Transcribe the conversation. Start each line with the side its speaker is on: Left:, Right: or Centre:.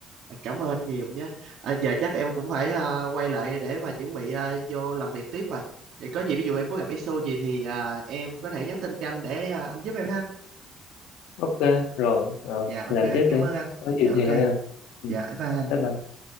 Right: cảm ơn nhiều nhé à, giờ chắc em cũng phải ờ, quay lại để mà chuẩn bị ờ, vô làm việc tiếp rồi vậy có gì ví dụ em có gặp issue gì thì ờ, em có thể nhắn tin cho anh để ờ, anh giúp em ha
Left: ok rồi Rồi,
Right: dạ ok
Left: làm
Right: em
Left: tiếp
Right: cảm
Left: đi
Right: ơn anh
Left: có gì
Right: dạ ok
Left: thì hỏi anh ừ.
Right: dạ bye bye anh
Left: bye bye